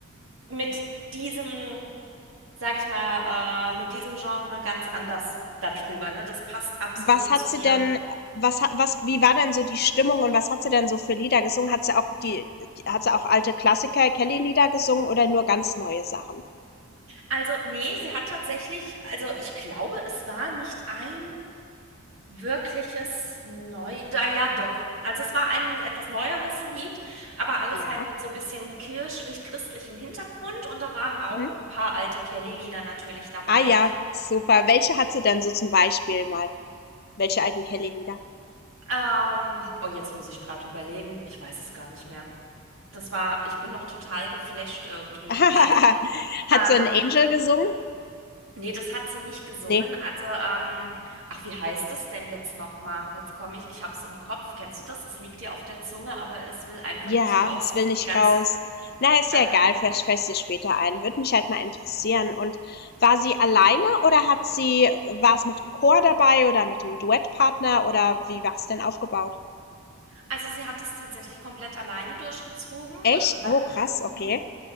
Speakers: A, on the right (about 65°); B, on the left (about 45°).
A: mit diesem, sag ich mal, äh, mit diesem Genre ganz anders darüber, ne? Das passt absolut
B: was hat
A: zu
B: sie
A: ihr.
B: denn, was hat, was, wie war denn so die Stimmung und was hat sie denn so für Lieder gesungen? Hat sie auch die, die hat sie auch alte Klassiker, Kelly-Lieder gesungen oder nur ganz neue Sachen?
A: Also, nee, sie hat tatsächlich, also ich glaube, es war nicht ein wirkliches Neu, da ja doch. Also es war ein etwas neueres Lied, aber alles
B: Ja.
A: halt mit so bisschen kirchlich-christlichem Hintergrund und da waren auch
B: Mhm.
A: ein paar alte Kelly-Lieder natürlich dabei.
B: Ah ja, super. Welche hat sie denn so zum Beispiel mal? Welche alten Kelly-Lieder?
A: Ähm, oh, jetzt muss ich gerade überlegen, ich weiß es gar nicht mehr. Das war, ich bin noch total geflasht irgendwie
B: <laughs>
A: gewesen.
B: Hat
A: Ähm,
B: so ein Angel gesungen?
A: Nee, das hat sie nicht gesungen.
B: Nee.
A: Also, ähm, ach, wie heißt es denn jetzt nochmal? Jetzt komme ich, ich hab's im Kopf. Kennst du das? Es liegt dir auf der Zunge, aber es will einfach
B: Ja,
A: nicht raus.
B: das
A: Das
B: will
A: ist
B: nicht
A: ein ganz,
B: raus. Na, ist
A: ähm,
B: ja egal, vielleicht fällt sie später ein. Würde mich halt mal interessieren. Und war sie alleine oder hat sie, war es mit dem Chor dabei oder mit dem Duettpartner oder wie war es denn aufgebaut?
A: also sie hat es tatsächlich komplett alleine durchgezogen
B: Echt?
A: und beim,
B: Oh, krass,
A: Mhm.
B: okay.